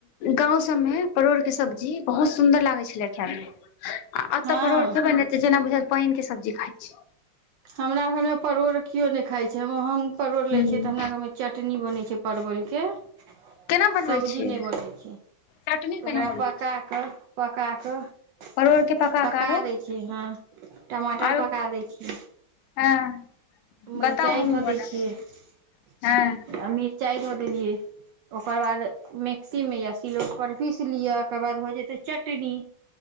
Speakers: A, on the left; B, on the right.
A: गाँव सब में परोड़ कऽ सब्जी बहुत सुन्दर लागै छलै खायइ में आ ऐत
B: हँ
A: परोड़ खेबे न जेना बुझत पाइन केँ सब्जी खाय छी
B: हमरा घर म परोड़ किओ नै खाइ छै हम परोड़
A: हूँ
B: लै छियै तऽ हमरा घर म चटनी बनै छै परवल केँ <inaudible>
A: केना बनबै
B: सब्जी
A: छियै
B: नै बनै छै
A: चटनी केना
B: ओकरा
A: बनबै
B: पका
A: छियै
B: कऽ पका कऽ
A: परोड़ के
B: पका
A: कऽ आरो
B: दै छियै हँ टमाटर
A: आरो
B: पका दै छि
A: हँ
B: मिरचाइ
A: बताउ हमहूँ
B: धऽ दै
A: बनायब
B: छियै <inaudible>
A: हँ
B: आ मिरचाइ धऽ देलियै ओकर बाद मिक्सी में या सिलौट पीस लिअ ओकर बाद भऽ जेतै चटनी